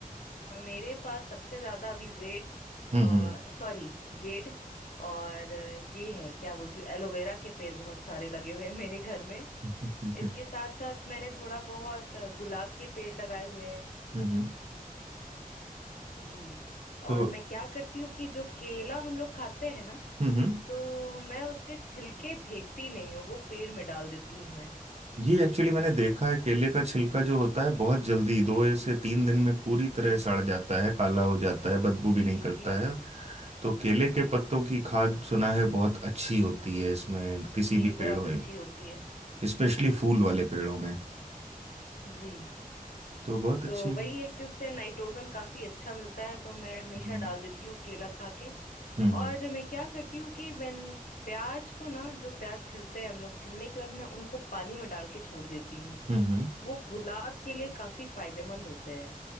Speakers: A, on the left; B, on the right.
A: मेरे पास सबसे ज्यादा अभी जेड
B: हम्म
A: और
B: हम्म
A: सॉरी जेड और अ, ये है क्या बोलती हूँ एलोवेरा के पेड़ बहुत सारे लगे हुए हैं मेरे घर में
B: <laughs> हम्म
A: इसके साथ साथ मैंने थोड़ा बहुत अ, गुलाब के पेड़ लगाए हुए हैं
B: हम्म, हम्म,
A: जी
B: तो
A: और मैं क्या करती हूँ कि जो केला हम लोग खाते हैं ना
B: हम्म हम्म
A: तो मैं उसके छिलके फेंकती नहीं हूँ वो पेड़ में डाल देती हूँ मैं
B: ये एक्चुअली मैंने देखा है केले का छिलका जो होता है बहुत जल्दी दो से तीन दिन में पूरी
A: जी
B: तरह सड़ जाता है काला हो जाता है बदबू
A: जी
B: भी नहीं करता
A: जी
B: है तो केले
A: जी
B: के पत्तों की खाद सुना है बहुत अच्छी होती है इसमें किसी
A: जी
B: भी पेड़ों
A: बहुत
B: में
A: अच्छी होती है
B: स्पेशली फूल वाले पेड़ों में
A: जी
B: तो बहुत अच्छी
A: तो वही है कि उससे नाइट्रोजन काफी अच्छा मिलता है तो मैं हमेशा
B: हम्म
A: डाल देती हूँ केला खा के
B: हम्म
A: और मैं क्या करती हूँ कि मैं प्याज को ना जो प्याज छिलते हैं हम लोग छिलने के बाद मैं उनको पानी में डाल के छोड़ देती हूँ
B: हम्म हम्म।
A: वो गुलाब के लिए काफी फायदेमंद होते हैं